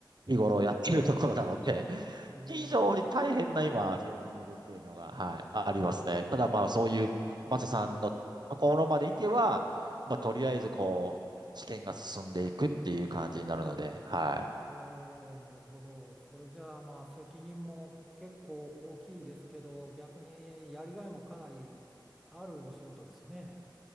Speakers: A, on the right; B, in the centre.
A: 日頃やっているところなので、<laughs>
B: うん。お
A: 非常に大変な今、
B: お。
A: フェーズにいるっていうのが、はい、あありますね。ただまあ、
B: へえ。
A: そういう、マサさんのところままで行けば、まあ、とりあえず、こう、試験が進んでいくっていう感じになるので、はい。
B: えー、なるほど。それじゃあまあ責任も結構大きいですけど、逆にやりがいもかなりあるお仕事ですね。